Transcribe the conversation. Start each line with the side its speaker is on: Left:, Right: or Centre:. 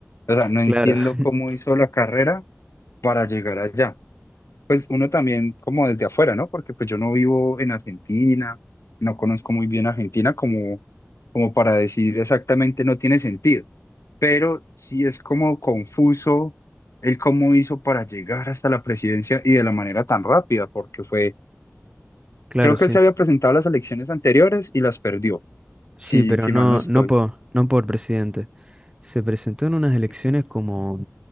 Left: O sea, no
Right: Claro,
Left: entiendo cómo
Right: <laughs>
Left: hizo la carrera para llegar allá. Pues uno también como desde afuera, ¿no? Porque pues yo no vivo en Argentina, no conozco muy bien Argentina como, como para decir exactamente no tiene sentido. Pero sí es como confuso el cómo hizo para llegar hasta la presidencia y de la manera tan rápida, porque fue,
Right: claro,
Left: creo
Right: sí.
Left: que él se había presentado a las elecciones anteriores y las perdió,
Right: Sí,
Left: si,
Right: pero
Left: si
Right: no,
Left: mal no estoy.
Right: no por, no por presidente. Se presentó en unas
Left: Ok,
Right: elecciones como,